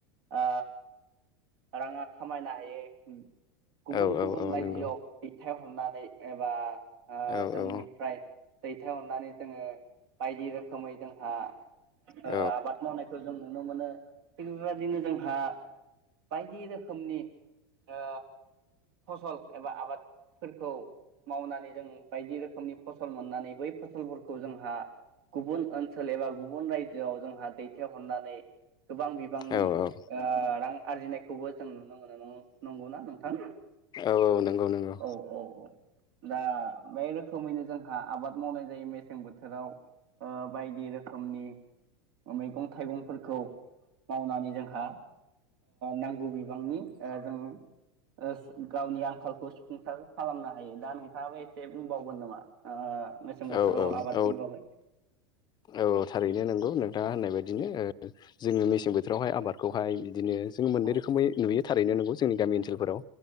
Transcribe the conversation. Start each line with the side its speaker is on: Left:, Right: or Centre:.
Right: आ रांङा खामायनो हायो गुबुन
Left: औ
Right: गुबुन
Left: औ औ
Right: रायजोआव
Left: नंगौ
Right: दैथाय अननानै एबा आ
Left: औ
Right: जोंनिफ्राय
Left: औ
Right: दै थायहरनानै जोङो बायदि रोखोमै जोंहा ओ
Left: औ
Right: आबाद मावनायखौ जों नुनो मोनो थिग बेबायाददिनो जोंहा बायदि रोखोमनि ओ फसल एबा आबादफोरखौ मावनानै जों बायदि रोखोमनि फसल मोननानै बै फसलफोरखौ जोंहा गुबुन ओनसोल एबा गुबुन रायजोआव जोंहा दैथायहरनानै गोबां बिबांनि
Left: औ औ
Right: ओ रां आरजिनायखौबो जों नुनो मोनो नं-नंगौना नोंथां
Left: औ नंगौ नंगौ
Right: औ औ औ दा बे रोखोमैनो जोंहा आबाद मावनाय जायो मेसें बोथोराव ओ बायदि रोखोमनि मैगं थाइगंफोरखौ मावनानै जोंहा नांगौ बिबांनि ओ जों ओ गावनि आंखालखौ सुफुंसार खालामनो हायो दा नोंथाङाबो एसे बुंबावगोन नोमा ओ मेसें बोथोराव
Left: औ औ
Right: आबादनि
Left: औ
Right: बागै
Left: औ औ थारैनो नोंगौ नोंथाङा होननाय बायदिनो ओ जोङो मेसें बोथोरावहाय आबादखौहाय बिदिनो जोङो मोननै
Right: औ
Left: रोखोमै नुयो थारैनो नंगौ जोंनि गामि ओनसोलफोराव